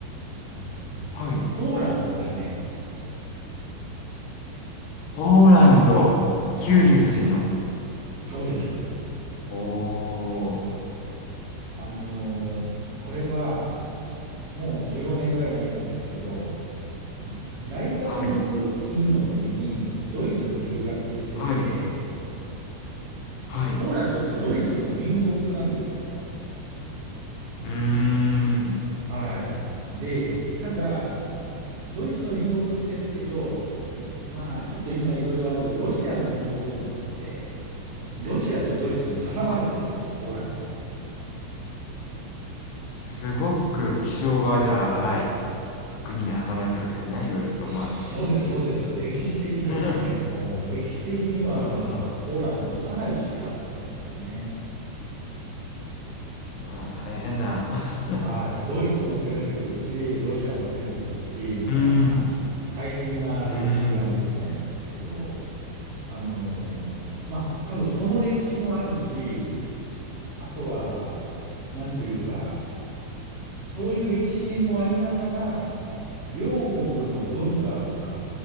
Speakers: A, on the right (about 75°); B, on the left (about 75°).
A: あの、
B: はい。
A: ポーランドですね。
B: ポーランド。キューリー夫人の。
A: はい。そうです。
B: おー。
A: あの、これはもう15年ぐらい前なんですけど、大学院の時にドイツに留学してて、
B: はい。はい。はい。
A: ポーランドってドイツの隣国なんですよ。
B: うーん。
A: はい。で、ただ、ドイツの隣国ですけど、いまあ、ちょっと今いろいろあるロシアの隣国でもあって、ロシアとドイツに挟まれてるんですよ、
B: うわ、
A: ポーランドは。
B: すごく気性がじゃあ荒い国に挟まれてるわけですね。いろいろと、
A: そうです、
B: ま
A: そうです。歴史的にはね、
B: あ。<laughs>
A: もう、歴史的にはもう、
B: ああ。
A: ポーランドはかなりきつかったみたいですね。
B: ああ、大変だ。<laughs>
A: はい。ドイツも攻めてくるし、ロシアも攻めてくるし、みたいな、
B: うーん。
A: 大変な歴史があるみたいなんですけど、
B: うーん。
A: あのーまあ、多分その歴史もあるし、あとは、なんというか、そういう歴史もありながら、両国の文化が